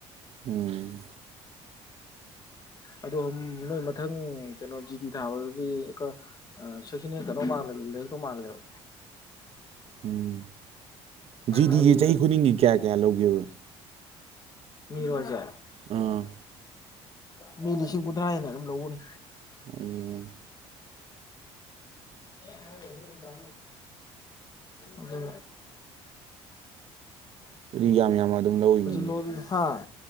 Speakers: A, on the right; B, on the left.
A: ꯎꯝ
B: ꯑꯗ ꯅꯣꯏ ꯃꯊꯪ ꯀꯩꯅꯣ ꯖꯤ ꯇꯤ ꯊꯥꯕꯗꯨꯗꯤ ꯑ ꯁꯤꯈꯤꯅꯦ ꯀꯩꯅꯣ ꯃꯥ ꯇ ꯃꯥꯜꯂꯦꯕ
A: ꯎꯝ ꯖꯤꯗꯤ
B: ꯍꯥꯏꯗꯤ
A: ꯆꯍꯤ ꯈꯨꯗꯤꯡꯒꯤ ꯀꯌꯥ ꯀꯌꯥ ꯂꯧꯒꯦꯕ
B: ꯃꯤꯔꯣꯖꯦ
A: ꯑꯥ
B: ꯃꯤ ꯂꯤꯁꯤꯡ ꯍꯨꯊ꯭ꯔꯥ ꯍꯅ ꯑꯗꯨꯝ ꯂꯧꯕꯅꯤ
A: ꯎꯝ
B: ꯑꯦ ꯍꯥꯏꯣ ꯔ ꯑꯗꯨ
A: ꯑꯗꯨꯗꯤ ꯌꯥꯝ ꯌꯥꯝꯅ ꯑꯗꯨꯝ ꯂꯧꯔꯤꯅꯤꯅꯦ
B: ꯐꯖꯂꯔꯤ ꯍꯥꯥ